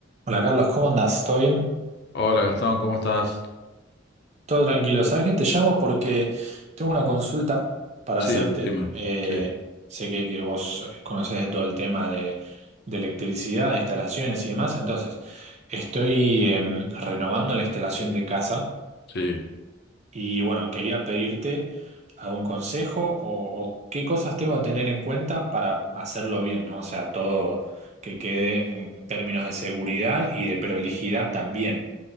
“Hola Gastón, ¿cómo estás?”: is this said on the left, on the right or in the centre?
Left